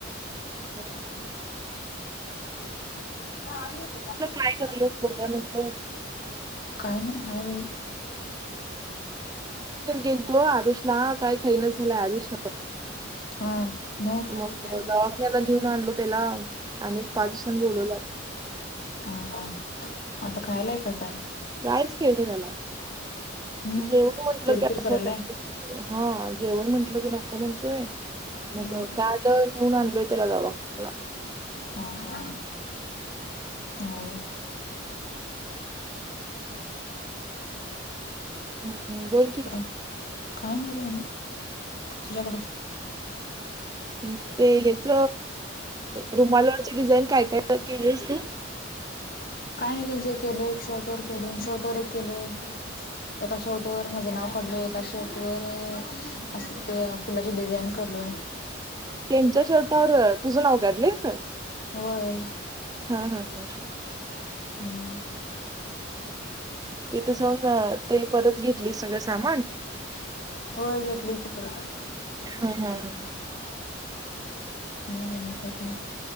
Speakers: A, on the right; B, on the left.
A: ह ह
B: हो द
A: काय ठगलेस बोघ्या मस्त
B: काही नाही हाय वेळ
A: गेल तो आरुष ला काय काही न झालाय आरुष
B: हा हा.
A: मग दवाख्याला घेऊन आणलो त्याला आणिक पाच दिवसां बोलवला
B: हा हा मता खायलाय का काय
A: कायच खेळळ झाला
B: हम्म
A: जेवण म्हंटल
B: किरकिर
A: की असं
B: करायलाय.
A: हा जेवण म्हंटलं की नको म्हणतोय
B: हा
A: मग काल नेऊन आणलोय त्याला जावाला
B: हा हो
A: हम्म हम बोलकीी
B: काय नाही बहिणी तुझ्याकडेच का
A: हम्म ते याच रुमालची डिझाईन काय काय केलीस तू
B: काय नाही त्यांच एक केलोय एक शॉर्ट वर के दोन शॉर्ट वर एक केलोय एका शर्ट वर माझे नाव काढलं एका शेर्ट वर असं ते फुलाची डिझाईन करलोय
A: त्यांच्या शर्टावर तुझं नाव काढलंयस
B: होय
A: हा हा हा
B: हम्म
A: तिथं जाऊन ते परत घेतली सगळं सामान
B: होळ घेतली की परत
A: हा हा ह
B: नग न का आहे का